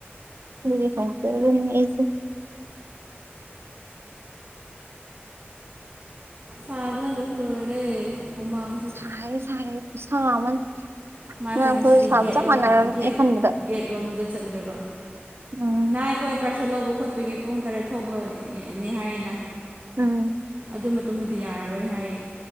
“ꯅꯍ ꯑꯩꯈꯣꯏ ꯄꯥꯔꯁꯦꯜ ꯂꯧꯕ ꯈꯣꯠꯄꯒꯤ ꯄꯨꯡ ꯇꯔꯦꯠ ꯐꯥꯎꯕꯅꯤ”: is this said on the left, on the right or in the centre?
Right